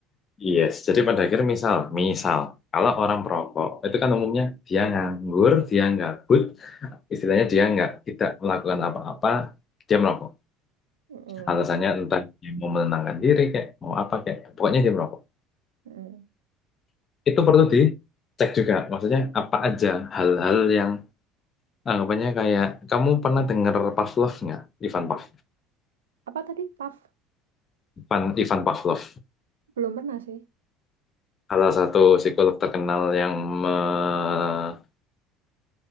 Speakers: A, on the left; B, on the right.
A: yes. Jadi pada akhirnya misal, misal kalau orang perokok itu kan umumnya dia nganggur, dia gabut, istilahnya dia nggak tidak melakukan apa-apa, dia merokok.
B: Mm-mm,
A: Alasannya entah dia mau menenangkan diri kayak mau apa kayak, pokoknya dia merokok.
B: mm-mm.
A: Itu perlu dicek juga, maksudnya apa aja hal-hal yang anggapannya kayak kamu pernah dengar Pavlov nggak? Ivan Pav
B: Apa tadi? PAF?
A: Ivan, Ivan Pavlov,
B: Belum pernah sih.
A: salah satu psikolog terkenal yang mempopulerkan